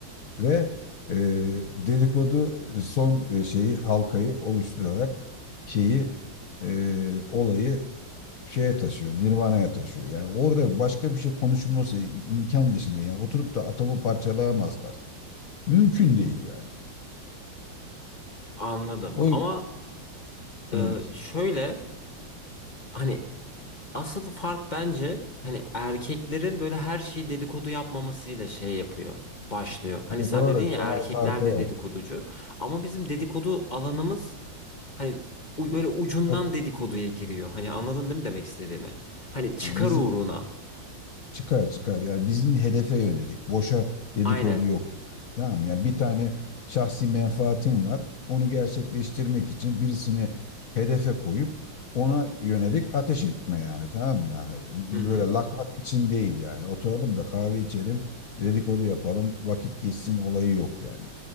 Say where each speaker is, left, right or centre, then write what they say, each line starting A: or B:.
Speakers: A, on the left; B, on the left.
A: ve e, dedikodu son e, şeyi halkayı oluşturarak şeyi e, olayı şeye taşıyor, Nirvana'ya taşıyor. Yani orada başka bir şey konuşulması imkan dışında yani oturup da atomu parçalayamazlar. Mümkün değil yani.
B: Anladım.
A: O
B: Ama e,
A: evet.
B: şöyle hani Asıl fark bence hani erkeklerin böyle her şeyi dedikodu yapmamasıyla şey yapıyor. Başlıyor. Hani
A: Yani
B: sen
A: doğru
B: dedin ya
A: temel
B: erkekler
A: farkı
B: de
A: o.
B: dedikoducu. Ama bizim dedikodu alanımız hani u- böyle ucundan
A: Çok,
B: dedikoduya giriyor. Hani anladın değil mi demek istediğimi? Hani çıkar
A: yani bizim
B: uğruna.
A: Çıkar çıkar. Yani bizim hedefe yönelik. Boşa dedikodu
B: Aynen.
A: yok. Yani. Tamam yani bir tane şahsi menfaatim var. Onu gerçekleştirmek için birisini hedefe koyup ona yönelik ateş etme yani tamam mı yani
B: Hı hı.
A: böyle lak lak için değil yani oturalım da kahve içelim dedikodu yapalım vakit geçsin olayı yok yani